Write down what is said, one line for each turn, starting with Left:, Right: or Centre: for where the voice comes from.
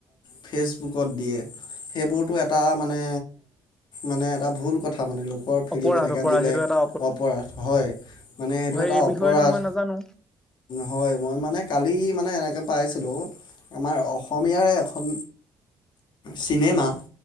Left: ফেচবুকত দিয়ে সেইবোৰতো এটা মানে মানে এ এটা ভুল কথা মানে লোকৰ ফ্ৰীম
Centre: অপৰাধ
Left: এনেকে
Centre: অপৰাধ
Left: দিলে
Centre: সেইটো এটা
Left: অপৰাধ হয়, মানে সেইটো
Centre: হয়
Left: এটা
Centre: এই
Left: অপৰাধ
Centre: বিষয়েতো মই নাজানো
Left: হয় মই মানে কালি মানে এনেকে পাইছিলো আমাৰ অসমীয়াৰে এখন চিনেমা